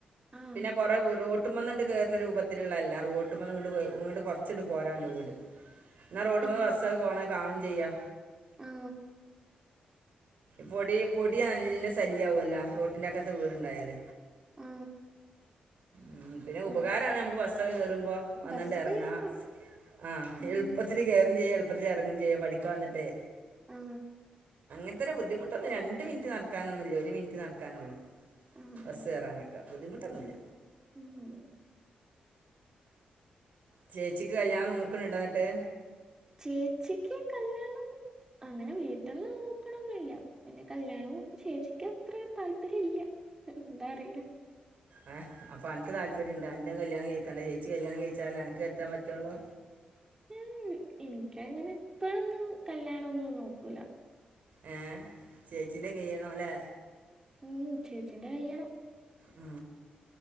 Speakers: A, on the right (about 20°); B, on the right (about 65°).
A: ആ
B: പിന്നെ കുറ വിറോ റോട്ടുമന്നണ്ട് കയറുന്ന രൂപത്തിലുള്ളല്ല റോട്ടുമന്നിങ്ങട്ട് കൊറച്ച് ങ്ങട്ട് പോരാണ്ട് വീട് ന്നാ റോട്ട് മ്മന്ന്
A: ആ
B: ബസ്സഒക്കെ പോണ കാണും ചെയ്യാ
A: ആ
B: പൊടി പൊടി നല്ല ശല്യയാവുല്ലോ റോട്ടിൻ്റെ അകത്ത് വീടുണ്ടായാൽ
A: ആ
B: മ് പിന്നെ ഉപകാരമാണ്
A: ഉം,
B: നമുക്ക് ബസ്സൊക്കെ കേറുമ്പോ വന്നിണ്ട്
A: ബസ്സൊക്കെ
B: ഇറങ്ങാം
A: കേറുമ്പോ
B: ആ
A: ഉം,
B: എളുപ്പത്തിൽ കെയറേംചെയ്യ എളുപ്പത്തിൽ ഇറങ്ങേം ചെയ്യാം പഠിക്കാ വന്നിട്ട്
A: ആ
B: ഇത്ര ഒരു ബുദ്ധിമുട്ടൊന്നുല്ല രണ്ട് മിനിറ്റ് നടക്കാനൊന്നുല്ല ഒരു മിനിറ്റ് നടക്കാനള്ളു
A: ആ
B: ബസ്
A: ആ,
B: കയറാനൊക്കെ ബുദ്ധിമുട്ടൊന്നുല്ല
A: ഉം
B: ചേച്ചിക്ക് കല്യാണം നോക്കുന്നുണ്ട എന്നിട്ട്
A: ചേച്ചിക്ക് കല്യാണം അങ്ങനെ വീട്ടന്ന് നോക്കണൊന്നില്ല പിന്നെ കല്യാണവും ചേച്ചിക്ക് അത്ര താല്പര്യ ഇല്ല എന്താ അറിയില്ല
B: ആ അപ്പോ അനക്ക് താല്പര്യ ണ്ടാ അ ന്റെകല്യാണം കഴിക്കണ്ട ചേച്ചി കല്യാണം കഴിച്ചാലല്ലേ അ നക്ക് കെട്ടാൻ പറ്റള്ളൂ
A: ഉം എനിക്കങ്ങനെ പ്പോഴൊന്നും കല്യാന്നൊന്നും നോക്കൂല
B: ഏ ചേച്ചീ്ന്റെ കയ്യണോല്ലേ
A: മ്മ് ചേച്ചിന്റെ കയ്യണം
B: ആ